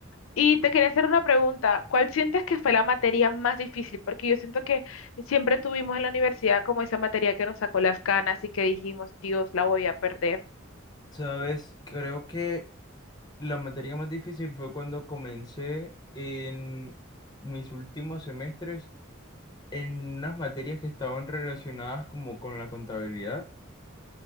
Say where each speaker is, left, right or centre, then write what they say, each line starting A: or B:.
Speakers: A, on the left (about 75°); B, on the left (about 20°).
A: Y te quería hacer una pregunta, ¿cuál sientes que fue la materia más difícil? Porque yo siento que siempre tuvimos en la universidad como esa materia que nos sacó las canas y que dijimos, Dios, la voy a perder.
B: Sabes, creo que la materia más difícil fue cuando comencé en mis últimos semestres en unas materias que estaban relacionadas como con la contabilidad